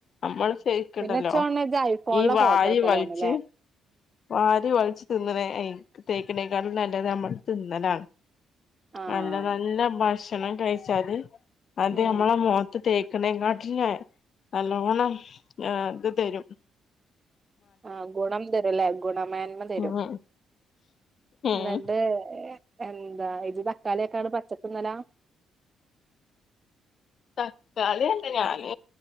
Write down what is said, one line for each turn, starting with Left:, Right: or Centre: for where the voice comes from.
Left: നമ്മള് ശെരിക്ക്ണ്ടല്ലോ
Right: പിന്നെ ഇച്ചോണ് ഇജ്ജ് ഐഫോണിലെ
Left: ഈ വാരിവൽച്ച്
Right: ഫോട്ടോ എടുക്കലോണ് ല്ലേ
Left: വാരി വൾച്ച് തിന്ന്ണേ അയ് തേക്ക്ണേക്കാട്ട്ലും നല്ലത് നമ്മള് തിന്ന്ണാണ്
Right: ആഹ്
Left: നല്ല നല്ല ഭക്ഷണം കഴിച്ചാല് അത്
Right: ഉം
Left: നമ്മളെ മോ ത്ത് തേക്ക്ണേകാട്ടിലെഹ് നല്ലോണം എഹ് ഇത് തെരും.
Right: ആഹ് ഗുണം തരുംല്ലേ ഗുണമേന്മ തെരും
Left: ഉം ഉം
Right: ന്നട്ട് എ എന്താ ഇത് തക്കാളിയൊക്കാണ്ട് പച്ചക്ക്ന്നലാ
Left: തക്കാളി അല്ല ഞാന്